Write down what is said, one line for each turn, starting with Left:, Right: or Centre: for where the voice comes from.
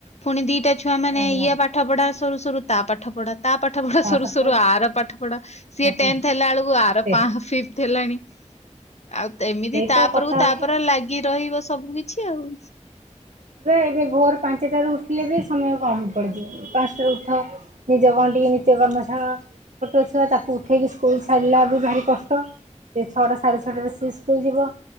Left: ଫୁଣି ଦିଟା ଛୁଆ ମାନେ
Right: ଲାଗିଲା
Left: ଇଏ ପା ଢା ସରୁ ସରୁ ତା ପାଠ ପଢା। ତା ପାଠପଢା
Right: ତା
Left: ସରୁସରୁ
Right: ପାଠ ପଢ
Left: ଆର ପାଠପଢା ସିଏ
Right: ୟା ପାଠ
Left: ତେନ୍ଥ ହେଲା ବେଳକୁ ଆର
Right: ସେ
Left: ପାଁ ଫିପଥ୍ ହେଲାଣି। ଆଉ ଏମିତି
Right: ସେଇ
Left: ତାପରକୁ
Right: ତ କଥା ହଉଛି।
Left: ତାପରେ ଲାଗି ରହିବ ସବୁ କିଛି ଆଉ।
Right: ହେ ହେ ଭୋର ପାଞ୍ଚଟାରୁ ଉଠିଲେବି ସମୟ କମପଡ଼ିଯିବ। ପାଞ୍ଚଟାରୁ ଉଠ ନିଜ କଣ ଟିକି ନି ନିତ୍ୟ କର୍ମ ସାର ଛୋଟ ଛୁଆ ତା କୁ ଉଠେଇକି ସ୍କୁଲ ଛାଡ଼ିଲା ବି ଭାରି କଷ୍ଟ ସିଏ ଛଅଟା ସାଢେଛଅଟାରେ ସିଏ ସ୍କୁଲ ଯିବ।